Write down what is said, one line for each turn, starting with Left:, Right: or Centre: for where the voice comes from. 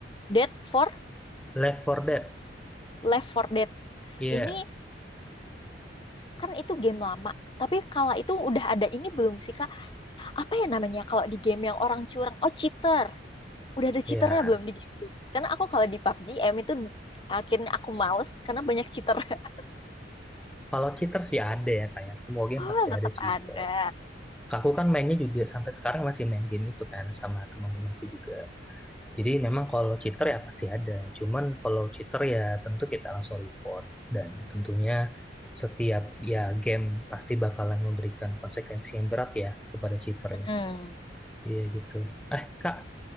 Left: Dead for
Centre: Left 4 Dead.
Left: Left for Dead.
Centre: Iya,
Left: Ini kan itu game lama. Tapi kala itu udah ada ini belum sih, Kak? Apa ya namanya kalau di game yang orang curang? Oh, cheater. udah ada
Centre: iya.
Left: cheaternya belum di game itu? Karena aku kalau di PUBG M itu akhirnya aku males karena banyak cheater. <laughs>
Centre: Kalau cheater sih ada ya kayak semua game
Left: Oh,
Centre: pasti
Left: tetap
Centre: ada cheater.
Left: ada.
Centre: Aku kan mainnya juga sampai sekarang masih main game itu kan sama teman-temanku juga. Jadi memang kalau cheater ya pasti ada. Cuman kalau cheater ya tentu kita langsung report dan tentunya setiap ya game pasti bakalan memberikan konsekuensi yang berat ya kepada cheater ya.
Left: Mm.
Centre: Iya gitu. Eh, Kak,